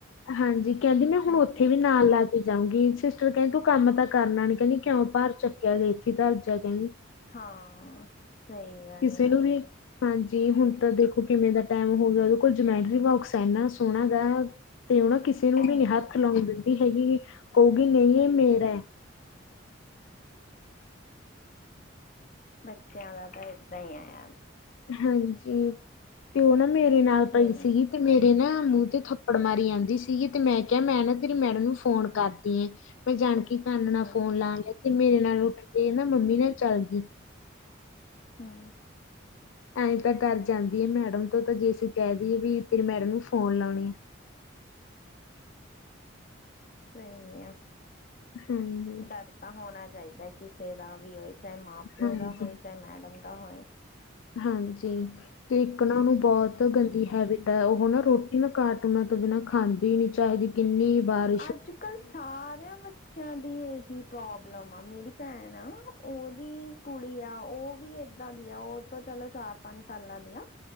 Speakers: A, on the left; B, on the left.
A: ਹਾਂਜੀ। ਕਹਿੰਦੀ ਨੇ ਹੁਣ
B: ਅੱਛਾ
A: ਉੱਥੇ ਵੀ ਨਾਲ ਲੱ ਜਾਊਗੀ ਸਿਸਟਰ ਕਹਿੰਦੀ। ਤੂੰ ਕੰਮ ਤਾਂ ਕਰਨਾ ਨੀ। ਕਹਿੰਦੀ ਕਿਉਂ ਭਰ ਚੱਕਿਆ ਗ ਇੱਥੇ ਤਰ ਜਾ ਕਹਿੰਦੀ
B: ਹਾਂ, ਸਹੀ ਗੱਲ
A: ਕਿਸੇ
B: ਆ।
A: ਨੂੰ ਵੀ ਹਾਂਜੀ, ਹੁਣ ਤਾਂ ਦੇਖੋ ਕਿਵੇਂ ਦਾ ਟਾਈਮ ਹੋ ਗਿਆ, ਉਹਦੇ ਕੋਲ ਜਮੈਟਰੀ ਵਬਕਸ ਇੰਨਾ ਸੋਹਣਾ ਗ ਤੇ ਉਹ ਨਾ ਕਿਸੇ ਨੂੰ
B: ਹਮ,
A: ਵੀ ਨੀ ਹੱਥ ਲਾਉਣ ਦਿੰਦੀ ਹੈਗੀ। ਕਹੂਗੀ ਨਹੀਂ ਇਹ ਮੇਰਾ
B: ਹਮ।
A: ਹੈ।
B: ਬੱਚਿਆਂ ਦਾ ਤਾਂ ਏਦਾਂ ਹੀ ਐ।
A: ਹਾਂਜੀ, ਤੇ ਉਹ ਨਾ ਮੇਰੇ ਨਾਲ ਪਈ
B: ਹਮ
A: ਸੀਗੀ। ਤੇ ਮੇਰੇ ਨਾ ਮੂੰਹ ਤੇ ਥੱਪੜ ਮਾਰੀ ਆਂਦੀ ਸੀਗੀ। ਤੇ ਮੈਂ ਕਿਹਾ ਮੈਂ ਨਾ ਫਰੀ ਮੈਡਮ
B: ਹਮ
A: ਨੂੰ ਫੋਨ ਕਰਦੀ ਆ, ਮੈਂ ਜਾਣਕੀ ਕਨ ਨਾਲ
B: ਹਮ
A: ਫੋਨ ਲਾ ਲ ਤੇ ਮੇਰੇ ਨਾਲ ਉੱਠ ਕੇ ਨਾ, ਮੰਮੀ ਨਾਲ ਚੱਲ ਗਈ
B: ਹਾਂ।
A: ਐਂ ਤਾਂ ਡਰ ਜਾਂਦੀ ਹੈ। ਮੈਡਮ ਤੋਂ ਤਾਂ ਜੇ ਅਸੀਂ ਕਹਿ ਦਈਏ ਵੀ, ਤੇਰੇ ਮੈਡਮ ਨੂੰ ਫੋਨ ਲਾਉਣੇ ਆ।
B: ਸਹੀ ਆ।
A: ਹਾਂਜੀ।
B: ਡਰ ਤਾਂ ਹੋਣਾ ਚਾਹੀਦਾ। ਕਿਸੇ ਦਾ ਵੀ ਹੋਏ, ਚਾਹੇ ਮਾਂ, ਪਿਓ
A: ਹਾਂਜੀ,
B: ਦਾ ਹੋਏ ਚਾਹੇ ਮੈਡਮ ਦਾ ਹੋਏ।
A: ਹਾਂਜੀ, ਤੇ ਇੱਕ ਨਾ ਉਹਨੂੰ ਬਹੁਤ
B: ਹਮ
A: ਗੰਦੀ ਹੈਵੀਟ ਉਹ ਨਾ, ਰੋਟੀ ਨਾ ਕਾਟੁਨਾ ਤੋਂ ਬਿਨਾਂ ਖਾਂਦੀ ਨੀ ਚਾਹਿਦੀ। ਕਿੰਨੀ ਵਾਰ
B: ਅੱਜ ਕੱਲ੍ਹ ਸਾਰਿਆਂ ਬਚ ਬੱਚਾ ਦੀ ਇਹੀ ਪ੍ਰੋਬਲਮ ਆ, ਮੇਰੀ ਭੈਣ ਆ ਉਹਦੀ ਕੁੜੀ ਆ। ਉਹ ਵੀ ਏਦਾਂ ਦੀ ਆ, ਉਹ ਤਾਂ ਚਲੋ ਚਾਰ- ਪੰਜ ਸਾਲਾਂ ਦੀ ਆ।